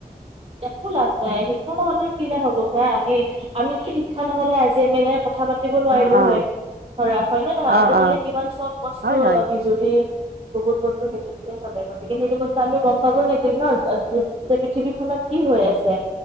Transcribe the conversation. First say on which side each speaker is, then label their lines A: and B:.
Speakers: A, on the right (about 35°); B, on the right (about 75°).
A: একো লাভ নাই শিক্ষা নহলেও কি লাভ হ'ব পা আমি আমিতো শিক্ষা নহ'লে আজি আমি এনে কথা পাতি পাতিব নোৱাৰিলো
B: অ অ
A: হয় ধৰা হয়নে নহয়
B: অ
A: আজি
B: অ
A: কালি কিমান চব বস্তু
B: হয় হয়
A: বিজুলী বহুত বস্তু বিজুলীতে চলে গতিকে সেইটো বস্তু আমি গম পাব লাগে ন পৃথিৱী খনত কি হৈ আছে